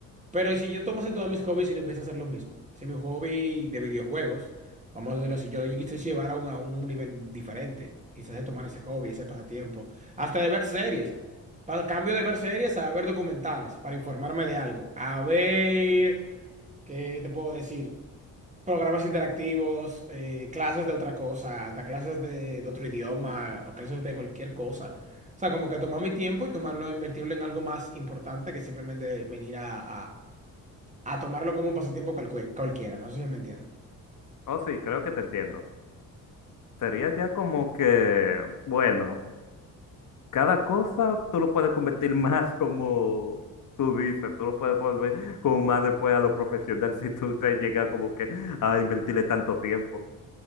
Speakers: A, on the right (about 15°); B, on the left (about 45°).
A: Pero si yo tomase todos mis hobbies y le empiezo a hacer lo mismo, si mi hobby de videojuegos, vamos a decirlo así, yo lo quise llevar a un, a un nivel diferente, quizás de tomar ese hobby, ese pasatiempo, hasta de ver series. Para el cambio de ver series a ver documentales, para informarme de algo. A ver, ¿qué te puedo decir? Programas interactivos, eh, clases de otra cosa, hasta clases de, de otro idioma o clases de cualquier cosa. O sea, como que tomar mi tiempo y tomarlo, invertirlo en algo más importante que simplemente venir a, a- a tomarlo como un pasatiempo calcue- cualquiera. No sé si me entiende.
B: Oh, sí, creo que te entiendo. Sería ya como que, bueno, cada cosa tú lo puedes convertir <laughs> más como tú dices, tú lo puedes volver como más después a lo profesional <laughs> si tú te llegas como que a invertirle tanto tiempo.